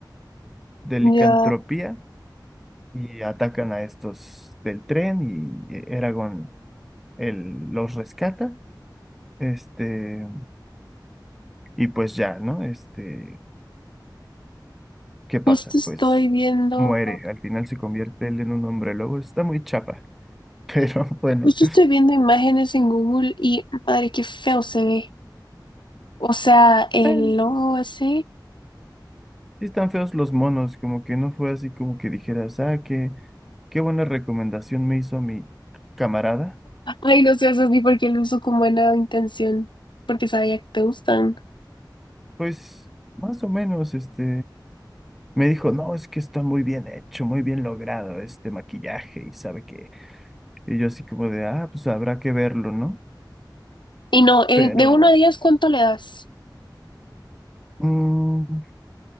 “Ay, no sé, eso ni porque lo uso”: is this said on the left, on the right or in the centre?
Left